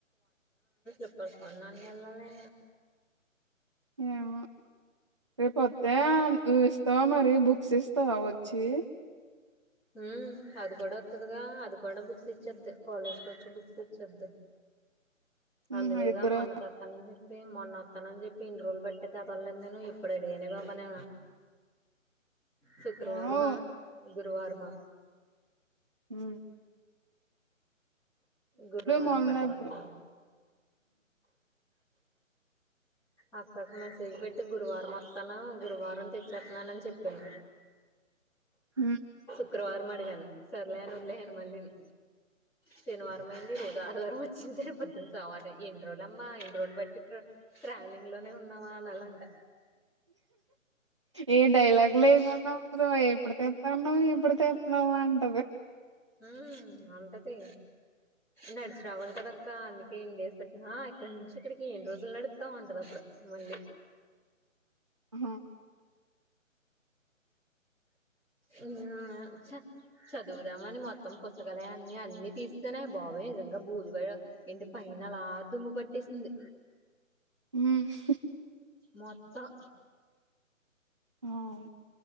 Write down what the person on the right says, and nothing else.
ఏమో రేపుొస్తే నువ్ ఇస్తావా మరి బుక్స్ ఇస్తావా వచ్చి
ఉహు
ఇద్దరు
ఏమో
ఉ
మొన్నెప్పుడు
హు
ఏం డైలాగ్ లేకుండా ఇప్పు ఎప్పుడు తెస్తాన్నా ఎప్పుడు తెస్తున్నావు అంట
<inaudible> అ <inaudible>
హ్మ్
అవును.